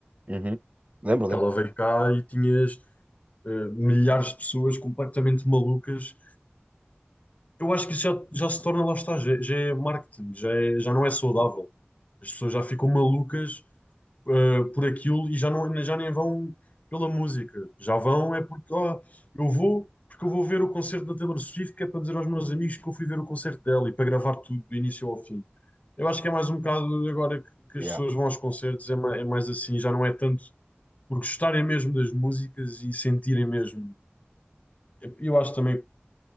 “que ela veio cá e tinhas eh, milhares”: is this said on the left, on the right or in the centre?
Left